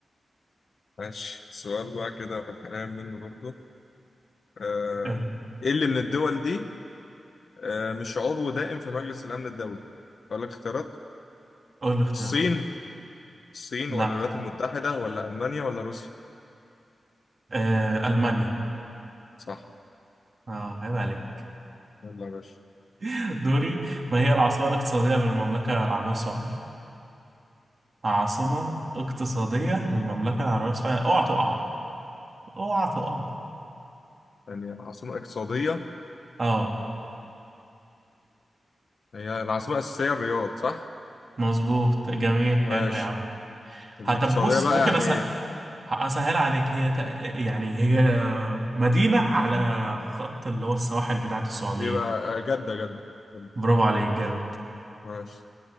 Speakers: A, on the left; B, on the right.
A: ماشي سؤال بقى كده في الحنان منه برضو آه
B: آه،
A: ايه اللي من الدول دي آه مش عضو دائم في مجلس الأمن الدولي أقول لك اختيارات
B: قول لي اختيارات
A: الصين الصين
B: لا
A: ولا الولايات المتحدة ولا ألمانيا ولا روسيا
B: آه، المانيا
A: صح
B: اه عيب عليك
A: يلا يا باشا
B: <laughs> دوري ما هي العاصمة الاقتصادية للمملكة العربية السعودية عاصمة اقتصادية للمملكة العربية السعودية اوعى تقع اوعى تقع
A: يعني عاصمة اقتصادية
B: اه
A: هي العاصمة الأساسية الرياض صح
B: مظبوط جميل حلو
A: ماشي
B: يا عم
A: الاقتصادية
B: هتب بص
A: بقى
B: ممكن
A: يعني
B: أس... اسهل عليك هي تق... يعني هي مدينة على خط اللي هو السواحل بتاعت السعودية
A: يبقى جدة جدة جدة.
B: برافو عليك جامد
A: ماشي